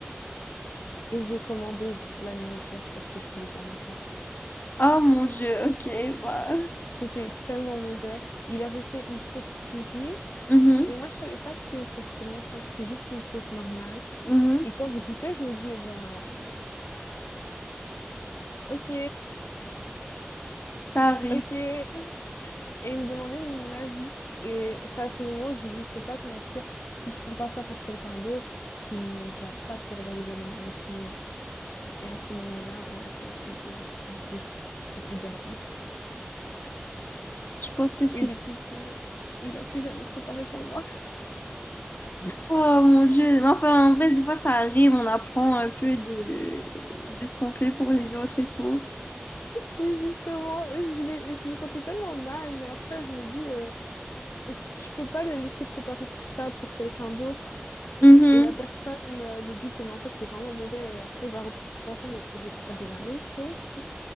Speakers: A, on the left (about 85°); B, on the left (about 50°).
A: et j'ai commandé de la nourriture parce que je pouvais pas mentir.
B: Oh mon Dieu, ok, bah.
A: C'était tellement mauvais. Il avait fait une sauce curry,
B: Mhm,
A: mais moi, je savais pas que c'était une sauce curry. Moi, je croyais que c'était juste une sauce normale.
B: mhm,
A: Et quand je l'écoutais, je me dis, bah, ok,
B: ça arrive.
A: ok. Et il me demandait mon avis. Et c'est à ce moment, j'ai dit, je peux pas te mentir. Si tu prends pas ça pour quelqu'un d'autre, il ne va pas te regarder de la même manière que moi. Et à ce moment-là, on a commandé de la bouffe sur Uber Eats.
B: Je pense que c'est.
A: Et depuis ce jour, il a plus jamais préparé pour moi. <laughs>
B: Oh mon Dieu. Mais Enfin, en vrai, des fois, ça arrive. On apprend un peu de, de ce qu'on fait pour les autres et tout.
A: Oui, justement, et je voulais, et je me sentais tellement mal, mais après, je me dis, euh, je je peux pas le laisser préparer que ça pour quelqu'un d'autre.
B: Mhm.
A: Et la personne euh, lui dit que mais en fait c'est vraiment mauvais et après il va repenser mais j'ai préparé la même chose pour